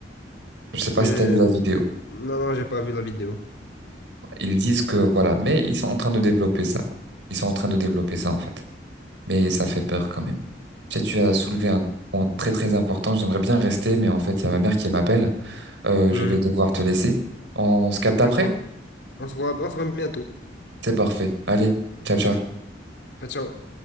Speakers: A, on the right; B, on the left.
A: Je sais pas
B: Mais
A: si tu as vu la vidéo.
B: Non, non, j'ai pas vu la vidéo.
A: Ils disent que voilà, mais ils sont en train de développer ça. Ils sont en train de développer ça en fait. Mais ça fait peur quand même. Tu sais, tu as soulevé un point très très important. J'aimerais bien rester, mais en fait, il y a ma mère qui m'appelle. Euh,
B: Mhm.
A: je vais devoir te laisser. On se capte
B: D'accord.
A: après?
B: On se voit, on se voit bientôt.
A: C'est parfait. Allez, ciao ciao.
B: Ciao, ciao.